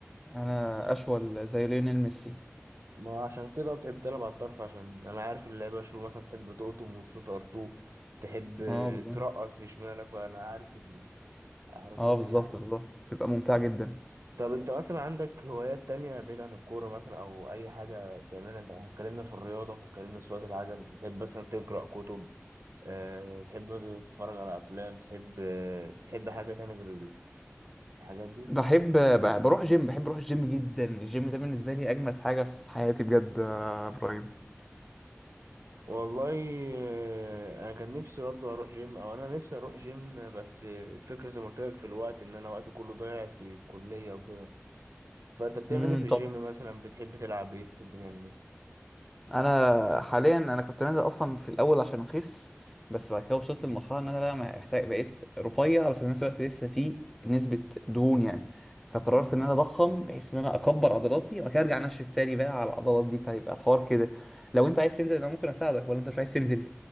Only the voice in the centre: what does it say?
انا اشول زي ليونيل ميسي
اه بالظبط
اه بالظبط
بالظبط تبقى ممتعه جدا
بحب ب- بروح جيم بحب اروح الجيم جدا الجيم ده بالنسبه لي اجمد حاجه في حياتي بجد يا ابراهيم
امم
طب
انا حاليا انا كنت نازل اصلا في الاول عشان اخس بس بعد كده وصلت لمرحله ان انا بقى محتاج بقيت رفيع بس في نفس الوقت لسه في نسبه دهون يعني فقررت ان انا اضخم بحيث ان انا اكبر عضلاتي وبعد كده ارجع انشف تاني بقى على العضلات دي فيبقى الحوار كده لو انت عايز تنزل انا ممكن اساعدك ولا انت مش عايز تنزل